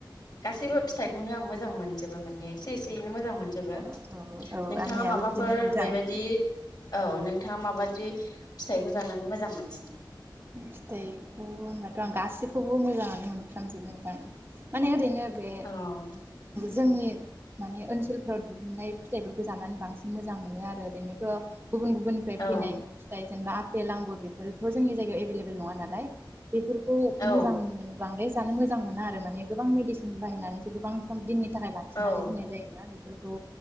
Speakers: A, on the left; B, on the right.
A: गासैबो फिथाइखौनो आं मोजां मोनजोबो <inaudible> एसे एसेयैनो मोजां मोनजोबो
B: औ औ
A: नोंथाङा
B: आंनियाबो
A: माबाफोर
B: बिदिनो नोंथां
A: बेबायदि औ नोंथाङा माबादि। फिथाइखौ जानानै मोजां मोनसि।
B: फिथाइखौ होनबाथ आं गासैखौबो मोजांङानो मोनफ्रामजोबो बोद नोंथां माने ओरैनो। बे
A: औ
B: जोंनि। माने ओनसोलफोराव दिहुननाय फिथाइफोरखौ जानानै बांसिन मोजां मोनो आरो ओरैनोथ'। गुबुन गुबुननिफ्राय
A: औ
B: फैनाय फिथाइ जेनेबा। फेल आंगुर बेफोर। बो जोंनि जायगायाव एभेलेबल नंङा नालाय। बेफोरखौ
A: औ
B: मोजां मोन बांद्राय जानो मो जां मोना माने गोबां मडि। बाहायनानैसो गोबां सम दिननि थाखाय लाखिनानै
A: औ
B: दोननाय जायोना बे औ